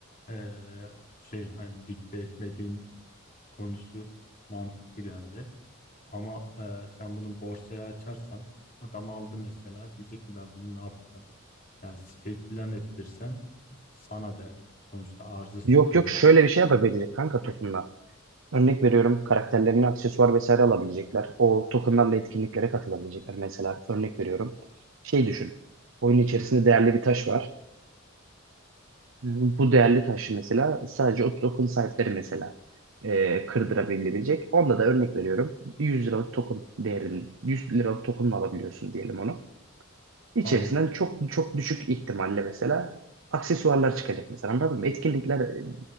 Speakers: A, on the left; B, on the right.
A: e, şey hani dikte etmediğin konusu mantıklı geldi. Ama e, sen bunu borsaya açarsan adam aldı mesela diyecek ki ben bunu ne yapacağım? Yani stake filan ettirsen sana dert. Sonuçta arzı sıkın.
B: Yok yok şöyle bir şey yapabilecek kanka tokenla. Örnek veriyorum karakterlerine aksesuar vesaire alabilecekler. O tokenlarla etkinliklere katılabilecekler. Mesela örnek veriyorum. Şey düşün. Oyun içerisinde değerli bir taş var. Bu değerli taşı mesela sadece o token sahipleri mesela e, kırdırabilecek. Onda da örnek veriyorum 100 liralık token değerin 100 liralık token'ını alabiliyorsun diyelim onu. İçerisinden
A: An,
B: çok çok düşük ihtimalle mesela aksesuarlar çıkacak mesela anladın mı? Etkinlikler e,